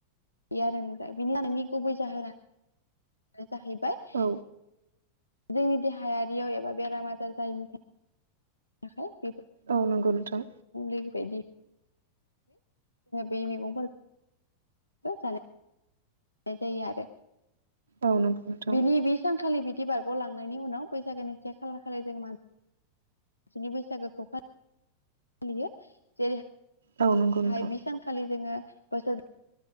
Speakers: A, on the left (about 85°); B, on the right (about 70°).
A: बे आरो बिनि जानाइनि गुबै जाहोनानो जाहैबाय‌
B: औ
A: जोंनि देहायारियाव एबा बेराम आजार जायैनि था थाखाय
B: औ नंगौ नोंथां।
A: <unintelligible> जोङो बे मैगं जानाय <unintelligible> जानाय जायो आरो
B: औ नंगौ नोंथां
A: बिनि बे सानखालि बि दि बारगलांनायनि उनाव बैसागोनि से खालार खालि जों मान सिनि बैसागोखौ फालियो जेरै
B: औ नंगौ
A: गाहाय
B: नोंथां
A: बि सानखालि जोङो बोसोर